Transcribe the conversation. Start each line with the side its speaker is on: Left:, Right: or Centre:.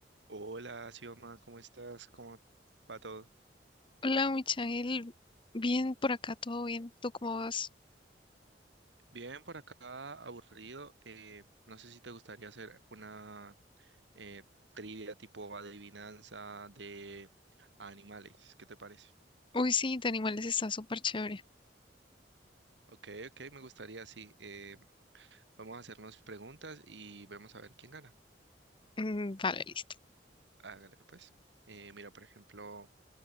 Right: Hola, Sioma, ¿cómo estás? ¿Cómo va todo?
Left: Hola, Michael. Bien por acá, todo bien. ¿Tú cómo vas?
Right: Bien, por acá, aburrido. eh, no sé si te gustaría hacer una eh, trivia tipo adivinanza de animales. ¿Qué te parece?
Left: Uy, sí, de animales está súper chévere.
Right: Ok, ok, me gustaría, sí. eh, vamos a hacernos preguntas y vemos a ver quién gana.
Left: Mm, vale, listo.
Right: Hágale, pues. Eh, mira, por ejemplo,